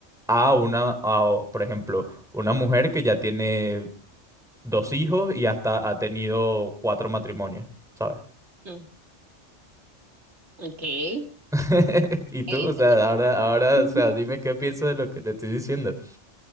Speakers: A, in the centre; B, on the right.
A: a una, a, por ejemplo, una mujer que ya tiene dos hijos y hasta ha tenido cuatro matrimonios, ¿sabes?
B: ujú. Ok, Eh,
A: <laughs> Y tú,
B: entender.
A: o sea, ahora, ahora,
B: <laughs>
A: o sea, dime qué piensas de lo que te estoy diciendo,